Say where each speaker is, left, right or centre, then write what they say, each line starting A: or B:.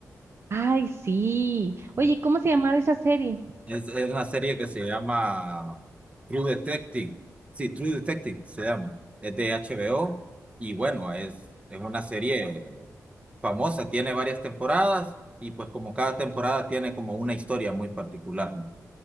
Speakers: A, on the right; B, on the right.
A: Ay, sí. Oye, ¿cómo se llamaba esa serie?
B: Es, es una serie que se llama True Detective. Sí, True Detective se llama. Es de HBO y bueno, es, es una serie famosa, tiene varias temporadas y pues como cada temporada tiene como una historia muy particular, ¿no?